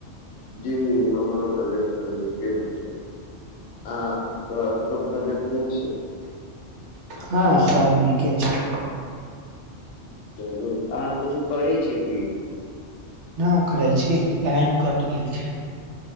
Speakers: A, on the left (about 75°); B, on the right (about 70°).
A: जी हमरो तबियत त नीके न छै आत सब तबियत नहि छै।
B: हँ सब नीके छै।
A: चलू अहाँ कीछो करै छियै की।
B: ना करै छी लाइन कट गेल छै।